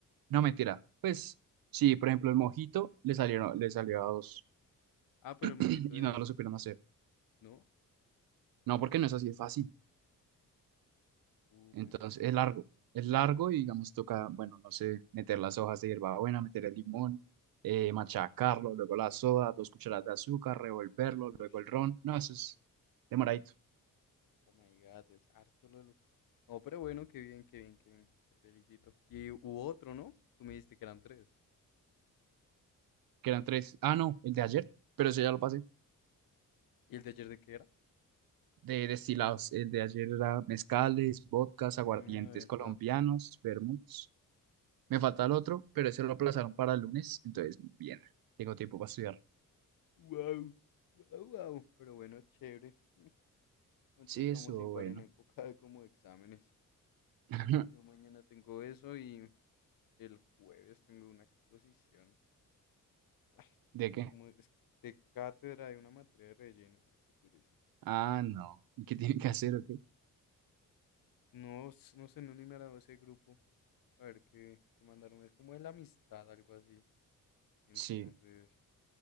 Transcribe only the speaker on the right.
No, mentira. Pues sí, por ejemplo, el mojito le salieron, le salió a dos
<clears throat> y
no lo supieron hacer.
No, porque no es así de fácil.
Entonces,
es largo.
Es largo y, digamos, toca, bueno, no sé, meter las hojas de hierbabuena, meter el limón, eh, machacarlo, luego la soda, dos cucharadas de azúcar, revolverlo,
luego el ron. No, eso es demoradito.
que eran tres. Ah, no, el de ayer, pero eso ya lo pasé.
De destilados, el de ayer era mezcales, vodkas, aguardientes
colombianos, vermuts. Me falta el otro, pero ese lo aplazaron para el lunes, entonces bien, tengo tiempo para estudiar.
Sí,
eso,
bueno.
<laughs>
¿De qué?
Ah, no. ¿Y qué tienen que hacer o qué?
Sí.